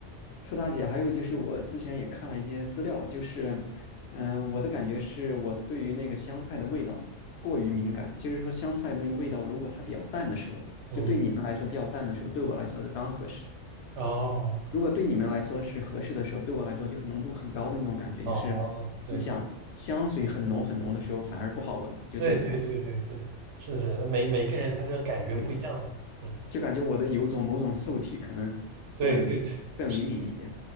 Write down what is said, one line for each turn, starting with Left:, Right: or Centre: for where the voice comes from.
Left: 臭大姐，还有就是我之前也看了一些资料，就是嗯、呃我的感觉是我对于那个香菜的味道过于敏感，就是说香菜那个味道如果它比较淡的时候，
Right: 嗯，
Left: 就对你们来说比较淡的时候，对我来说是刚合适的。
Right: 哦
Left: 如果对你们来说是合适的时候，对我来说就浓度很高的那种感觉，
Right: 哦哦，
Left: 就是你想香水很浓很浓的时候反而不好闻，
Right: 哦，对。
Left: 就这种感觉。
Right: 对对对对对，是的，是的，那每每个人他这个感觉不一样嘛，
Left: 对，
Right: 嗯，
Left: 就感觉我的有种某种受体可能更更灵敏一些。
Right: 对对对，是